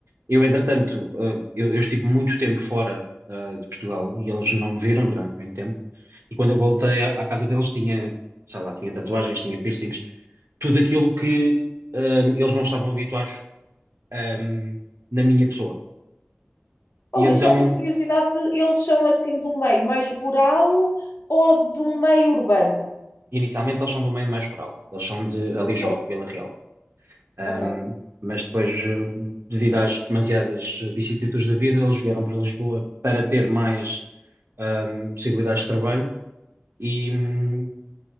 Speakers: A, on the right; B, on the left.
A: eu, entretanto, ah, eu, eu estive muito tempo fora, ah, de Portugal e eles não me viram durante muito tempo. E quando eu voltei à, à casa deles, tinha, sei lá, tinha tatuagens, tinha piercings, tudo aquilo que, ahm, eles não estavam habituados, ahm, na minha pessoa.
B: Oh,
A: E
B: Luís,
A: então,
B: só por curiosidade, eles são assim de um meio mais rural ou de um meio urbano?
A: inicialmente, eles são do meio mais rural, eles são de Alijó,
B: Ok,
A: Vila Real. Ahm,
B: ok.
A: mas depois, eh, devido às demasiadas eh, vicissitudes da vida, eles vieram para Lisboa para ter mais ahm, possibilidades de trabalho, e, hum,